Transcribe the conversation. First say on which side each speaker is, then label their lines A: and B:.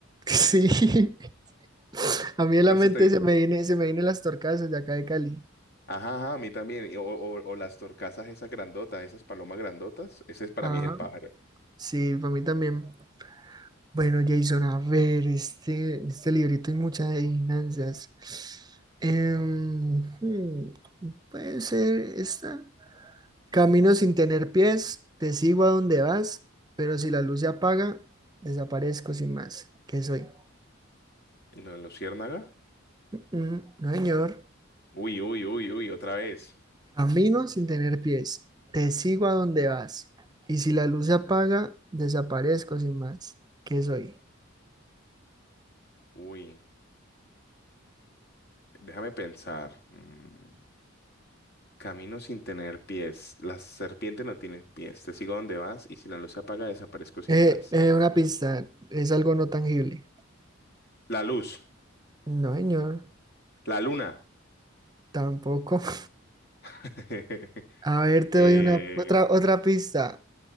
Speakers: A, on the right (about 20°); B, on the left (about 50°).
A: Sí, <laughs> a mí en
B: ¿Cuál
A: la mente
B: se te...?
A: se me viene, se me vienen las torcadas de acá de Cali.
B: Ajá, ajá, a mí también. y O, o- o las torcazas esas grandotas, esas palomas grandotas, ese es para
A: Ajá,
B: mí es el pájaro.
A: sí, para mí también. Bueno, Jason, a ver, este, este librito hay muchas adivinanzas. Em, hmm, puede ser esta. Camino sin tener pies, te sigo a donde vas, pero si la luz se apaga, desaparezco sin más. ¿Qué soy?
B: ¿No, luciérnaga?
A: Mm, mm, no, señor.
B: Uy, uy, uy, uy, otra vez.
A: Camino sin tener pies, te sigo a donde vas, y si la luz se apaga, desaparezco sin más. ¿Qué soy?
B: Uy, déjame pensar. Mm, Camino sin tener pies. Las serpientes no tienen pies. Te sigo donde vas y si la luz se apaga, desaparezco sin
A: Eh,
B: más.
A: eh, una pista, es algo no tangible.
B: La luz,
A: No, señor,
B: la luna.
A: tampoco. <laughs>
B: <laughs>
A: A ver,
B: Eh,
A: te doy una otra, otra pista.